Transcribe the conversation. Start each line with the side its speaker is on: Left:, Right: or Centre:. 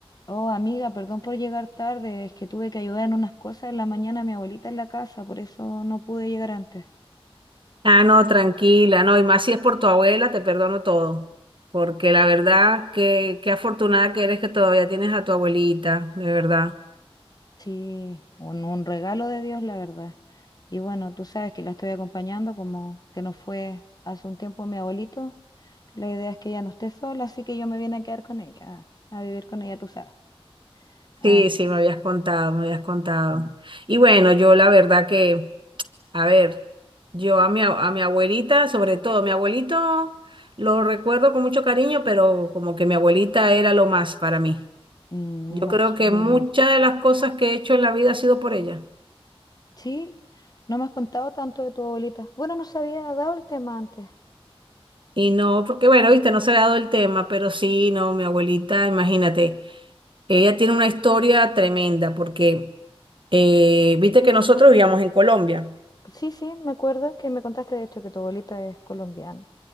Left: Oh, amiga, perdón por llegar tarde, es que tuve que ayudar en unas cosas en la mañana a mi abuelita en la casa, por eso no pude llegar antes.
Right: Ah, no, tranquila, no, y más si es por tu abuela, te perdono todo, porque la verdad, que qué afortunada que eres que todavía tienes a tu abuelita, de verdad.
Left: Sí, un, un regalo de Dios, la verdad. Y bueno, tú sabes que la estoy acompañando, como se nos fue hace un tiempo mi abuelito, la idea es que ella no esté sola, así que yo me vine a quedar con ella, a vivir con ella, tú sabes. Ah,
Right: Sí,
Left: sí.
Right: sí, me habías contado, me habías contado. Y bueno, yo la verdad que, a ver, yo a mi, a mi abuelita, sobre todo, mi abuelito lo recuerdo con mucho cariño, pero como que mi abuelita era lo más para mí.
Left: Mm,
Right: Yo
Left: me imagino.
Right: creo que muchas de las cosas que he hecho en la vida ha sido por ella.
Left: Sí, no me has contado tanto de tu abuelita. Bueno, no se había dado el tema antes.
Right: Y no, porque bueno, viste, no se ha dado el tema, pero sí, no, mi abuelita, imagínate, ella tiene una historia tremenda, porque eh, viste que nosotros vivíamos en Colombia.
Left: Sí, sí, me acuerdo que me contaste de hecho que tu abuelita es colombiana.